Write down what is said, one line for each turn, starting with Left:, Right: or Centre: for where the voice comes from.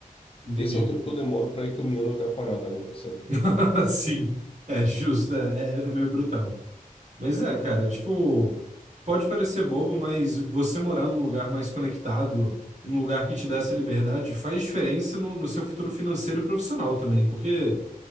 Right: Entendi.
Left: Esse é o tempo que eu demoro para ir caminhando até a parada agora, sabe?
Right: <laughs> Sim, é justo, é, é é meio brutal. Mas é, cara, tipo, pode parecer bobo, mas você morar num lugar mais conectado, num lugar que te dá essa liberdade, faz diferença no, no seu futuro financeiro e profissional também, porque